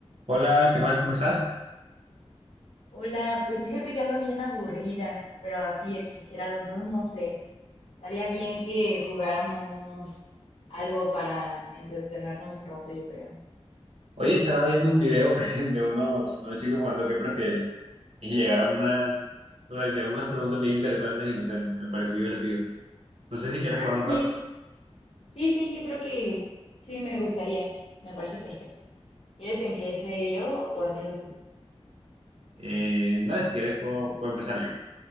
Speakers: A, on the right (about 70°); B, on the left (about 80°).
A: Hola, ¿qué más? ¿Cómo estás?
B: Hola, pues fíjate que ando bien aburrida, pero así exagerado, entonces no sé, estaría bien que jugáramos algo para entretenernos un rato, yo creo.
A: Oye, estaba viendo un video <laughs> de unos, unos chicos jugando ¿Qué prefieres? Y llegaron unas, o sea, hicieron unas preguntas bien interesantes y no sé, me pareció divertido. No sé si quieres
B: Ah,
A: jugar
B: sí,
A: un rato.
B: sí, sí, yo creo que sí, me gustaría, me parece perfecto. ¿Quieres que empiece yo o empiezas tú?
A: Eh, nada, si quieres puedo, puedo empezar yo.